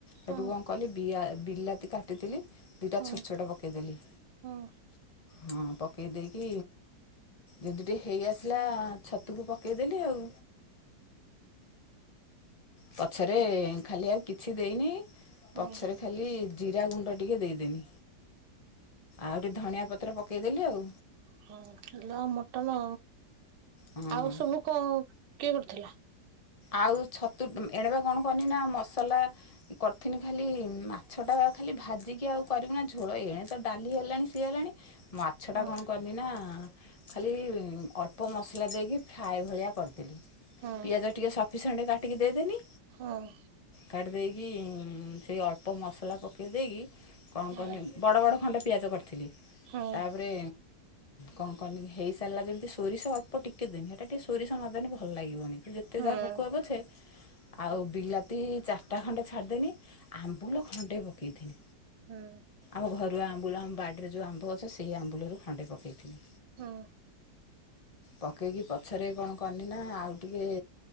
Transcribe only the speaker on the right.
ହୁଁ ହୁଁ
ହୁଁ
ହୁଁ
ହୁଁ ହୁଁ
ହଁ ହେଲା ଆଉ ମଟନ
ଆଉ
ସବୁ କଣ କିଏ କରିୁଥିଲା?
ହଁ
ହଁ
ହଁ।
ହଁ
ହଁ
ହଁ
ହଁ
ହଁ।